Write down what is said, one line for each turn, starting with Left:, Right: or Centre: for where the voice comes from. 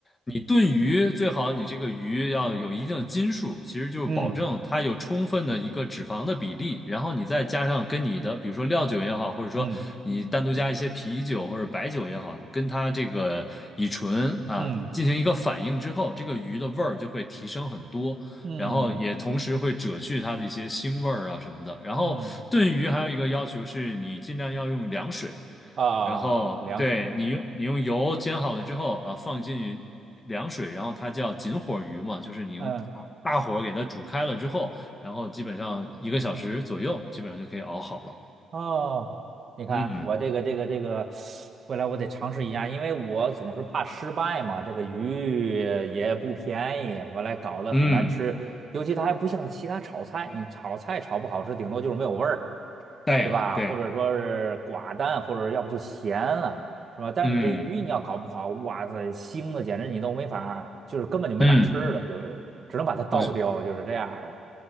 Left: 你炖鱼最好你这个鱼要有一定的斤数，其实就是保证它有充分的一个脂肪的比例，
Right: 嗯
Left: 然后你再加上跟你的，比如说料酒也好，或者说你单独加一些啤酒或者白酒也好，
Right: 嗯
Left: 跟它这个乙醇啊进行一个反应之后，
Right: 嗯
Left: 这个鱼的味儿就会提升很多。
Right: 嗯
Left: 然后也同时会遮去它的一些腥味儿啊什么的。然后炖鱼还有一个要求是你尽量要用凉水，
Right: 嗯嗯啊，啊啊啊凉水，
Left: 然后对你用你用油煎好了之后啊，放进凉水，然后它叫紧火鱼嘛，就是你用大大火给它煮开了之后，
Right: 嗯。
Left: 然后基本上一个小时左右，基本上就可以熬好了。
Right: 哦，你看我这个这个这个，
Left: 嗯
Right: 回来我得尝试一下，因为我总是怕失败嘛。这个鱼也不便宜，回来搞得很难吃，
Left: 嗯，
Right: 尤其它还不像其他炒菜，你炒菜炒不好吃，顶多就是没有味儿，
Left: 对对，
Right: 对吧？或者说是寡淡，或者要不就咸了，是吧？但是你这鱼你要搞不好，
Left: 嗯
Right: 哇塞，腥的简直你都没法儿就是根本就没法吃了，
Left: 嗯，
Right: 就是只能把它倒掉，
Left: 我
Right: 就是这样儿的。